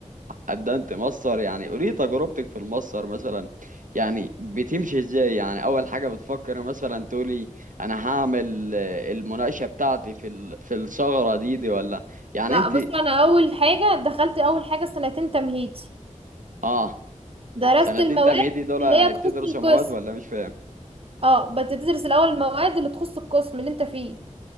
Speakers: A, on the right; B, on the right.
A: قدمت ماستر يعني قولي تجربتك في الماستر مثلا يعني بتمشي ازاي يعني اول حاجة بتفكر مثلا تقولي انا هعمل آه، المناقشة بتاعتي في ال- في الثغرة دي دي ولا يعني
B: لا
A: انت
B: بص أنا أول حاجة دخلت أول حاجة سنتين تمهيدي
A: اه
B: درست
A: سنتين
B: المواد
A: تمهيدي دول يعني
B: اللي هي تخص
A: بتدرسوا
B: القسم
A: مواد ولا مش فاهم
B: اه بتدرس الاول المواد اللي تخص القسم اللي انت فيه